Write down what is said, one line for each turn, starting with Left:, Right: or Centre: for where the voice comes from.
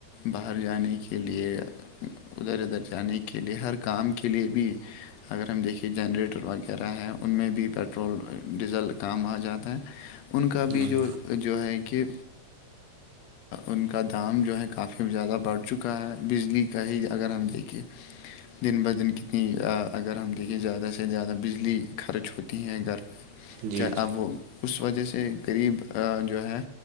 Left: باہر جانے کے لئے ادھر ادھر جانے کے لئے ہر کام کے لئے بھی اگر ہم دیکھیں کہ جنریٹر وغیرہ ہیں ان میں بھی پٹرول ڈیزل کام آ جاتا ہے ان کا
Right: جی
Left: بھی جو جو ہے کہ ان کا دام جو ہے کافی زیادہ بڑھ چکا ہے بجلی کا ہی اگر ہم دیکھ کہ دن ب دن کتنی اگر ہم دیکھیں کہ زیادہ سے زیادہ بجلی خرچ ہوتی ہیں گھر میں
Right: جی
Left: چاہ
Right: جی
Left: اب وہ اس وجہ سے غریب جو ہے